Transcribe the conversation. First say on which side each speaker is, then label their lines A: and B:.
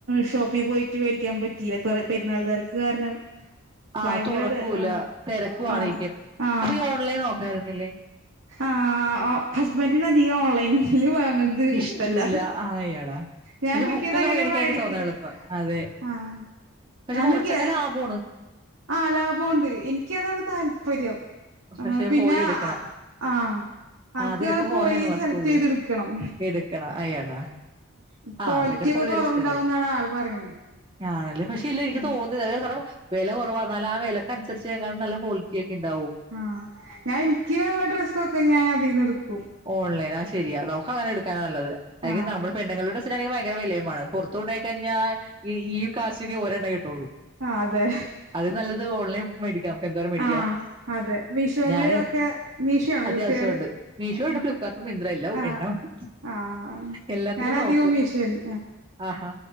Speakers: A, on the right; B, on the right.
A: ഷോപ്പിൽ പോയിട്ട് മേടിക്കാൻ പറ്റിയില്ല പെരുന്നാൾ തിരക്ക് കാരണം
B: ആ
A: ഭയങ്കരത്
B: തുറക്കൂല.
A: ആഹ്
B: തിരക്കുവാണേക്കും.
A: ആഹ് ആഹ്
B: അപ്പൊ ഈ ഓൺലൈൻ നോക്കായിരുന്നില്ലേ?
A: ആഹ് ഹസ്ബൻ്റ് നു അധികം ഓൺലൈനിൽ വാങ്ങൽ അത്
B: ഇഷ്ടൂല്ല.
A: ഇഷ്ടല്ല
B: ആ എടാ.
A: ഞാൻ
B: പക്ഷെ
A: മിക്കത
B: ബുക്കൊക്കെ
A: അങ്ങനെ
B: മേടിക്കാൻ
A: മേടിക്കല്
B: എനിക്ക് തോന്നാ എളുപ്പാ. അതെ.
A: ആ
B: പക്ഷെ
A: ഞാൻ
B: കുറച്ചൊക്കെ
A: മിക്ക
B: ലാഭമാണ്
A: ആ ലാഭമുണ്ട് എനിക്ക് അതാണ് താല്പര്യം ആ
B: പക്ഷെ
A: പിന്നെ
B: പോയി എടുക്കണം.
A: ആ അവർക്ക്
B: ആദ്യായിട്ട് പോണേണല്ലോ
A: പോയി സെലക്ട്
B: സ്കൂളില്.
A: ചെയ്തടുക്ക കണം
B: എടുക്കണം. ആ എടാ.
A: ക്വാളിറ്റി
B: ആ പിന്നെ
A: ഒക്കെ
B: പുള്ളിയുടെ
A: കുറവുണ്ടാവും
B: ഇഷ്ടല്ലേ?
A: ന്നാണ് ആള് പറയണേ
B: ആണല്ലേ പക്ഷെ ഇല്ല എനിക്ക്
A: ആഹ്
B: തോന്നിയ അത് കാരണം വില കുറവാന്നാല ആ വിലക്ക് അനുസരിച്ച് തീർച്ച യായും നല്ല കൊളിറ്റി ഒക്കെ ഉണ്ടാവും
A: ആഹ് ഞാൻ എനിക്ക്ള്ള ഡ്രസ്സൊക്കെ ഞാൻ അതിൽന്ന എടുക്കു
B: ഓൺലൈൻ ആ ശരിയാ നമുക്ക് അങ്ങനെ എടുക്കാനാണ് നല്ലത് അ
A: ആഹ്
B: നമ്മുടെ പെണ്ണുങ്ങളുടെ ഡ്രസ്സ് നാണെങ്കിൽ ഭയങ്കര വിലയു മാണ് പൊറത്തുകടയി കഴിഞ്ഞാൽ ഈ ഈ കാശിനേ ഒരെണ്ണ കിട്ടുള്ളൂ
A: ആഹ് അതെ
B: അത് നല്ലത് ഓൺലൈൻ മേടിക്കാം നമുക്ക് എന്തോരം മേടിക്കാം
A: ആഹ് അതെ മീഷോല്
B: ഞാൻ
A: ഒക്കെ മിഷോ ആണോ
B: അത്യാവശ്യമുണ്ട്
A: യൂസ് ചെയ്യാറ്
B: മീഷോ ഉണ്ട്
A: ആഹ്
B: ഫ്ലിപ്കാർട്ടും മിന്ത്ര എല്ലാം
A: ആഹ്
B: എല്ലാം ഉണ്ട്
A: ആഹ്
B: എല്ലാത്തി
A: ഞാനധികവും
B: നോക്കും
A: മീഷോയാണ്
B: ആഹാ